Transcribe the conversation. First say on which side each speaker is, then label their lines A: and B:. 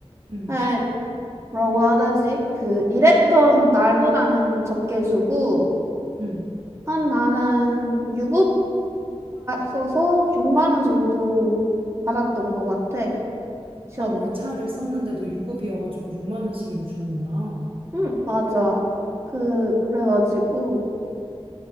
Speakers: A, on the right; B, on the right.
A: 음,
B: 에 뭐라고 해야 되지 그 일했던 날보다는 적게 주고
A: 음.
B: 한 나는 유급휴가 써서 6만 원 정도 받았던 것 같아 시어
A: 아, 월차를 썼는데도 유급이어가지고 6만 원씩이나 주는구나.
B: 응 맞아 그 그래가지고